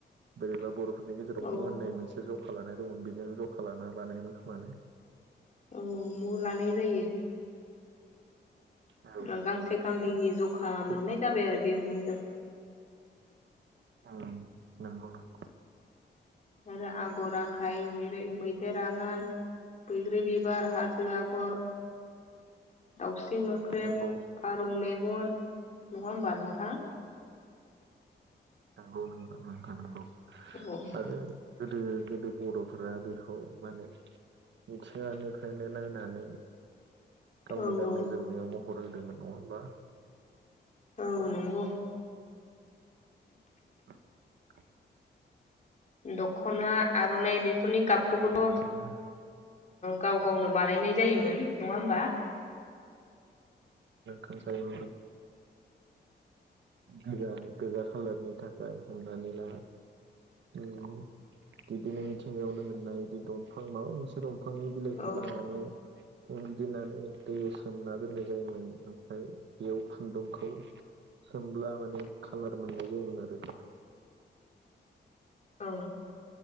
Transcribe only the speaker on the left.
औ
औ मु लानाय जायो।
ओं गांसे गांनैनि जखा
मोननाय जाबाय आरो बे <unintelligible>
आरो आगर आखाय जेरै मैदेर आगान बैग्रि बिबार हा हाजो आगर दाउसि मोक्रेब
फारौ नङा होमबा नोंथां
औ
औ
औ नंगौ
दखना आरनाय बि फोरनि गाबखौबोथ'ओ
गाव गावनो बानायनाय जायोमोन नङा होमबा
औ
औ